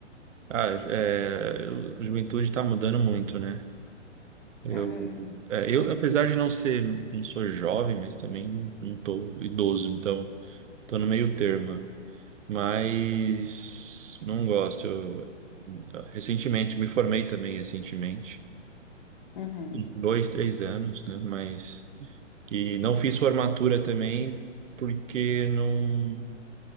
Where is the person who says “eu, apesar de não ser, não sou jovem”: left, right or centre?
Right